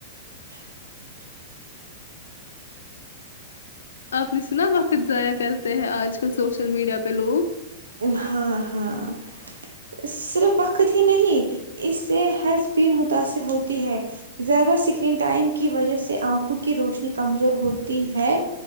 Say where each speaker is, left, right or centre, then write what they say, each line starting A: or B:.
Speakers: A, on the right; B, on the left.
A: <inaudible>
B: آپ نے سنا وقت ضائع کرتے ہیں آج کل سوشل میڈیا پہ لوگ
A: ہاں ہاں صرف وقت ہی نہیں اس سے ہیلتھ بھی متاثر ہوتی ہے زیادہ اسکرین ٹائم کی وجہ سے آنکھوں کی روشنی کمزور ہوتی ہے